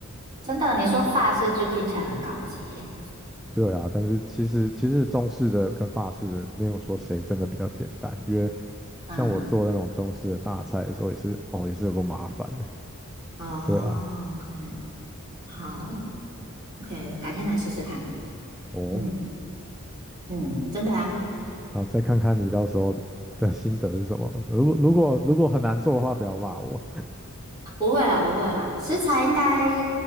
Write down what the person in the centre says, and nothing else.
<laughs> 对啊，但是其实其实中式的跟法式的没有说谁真的比较简单，因为
像我做那种中式的大菜的时候也是哦也是有个麻烦的。
对啊，
哦，
好，再看看你到时候的心得是什么。如果如果如果很难做的话，不要骂我，